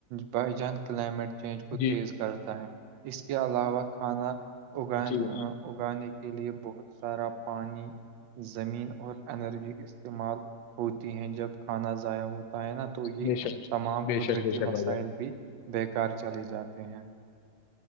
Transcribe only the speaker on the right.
بائی جان کلائمیٹ چینج کو
تیز کرتا ہے اس کے علاوہ کھانا اگان
اگانے کے لیے بہت سارا پانی زمین اور انرجی استعمال ہوتی ہیں جب کھانا ضائع ہوتا ہے نا تو یہ
تمام
قدرتی
وسائل
بھی بیکار چلے جاتے ہیں